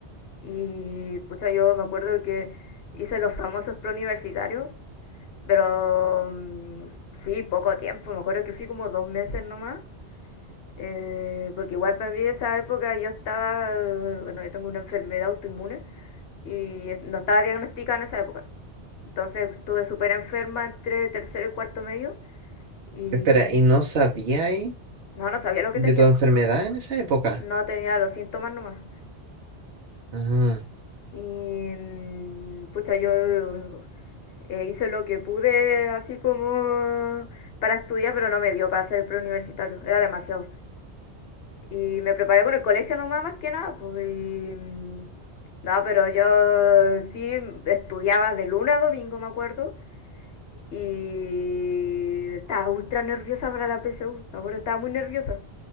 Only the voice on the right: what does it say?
Espera, ¿y no sabíais?
¿De
tu enfermedad en esa época?
Ah,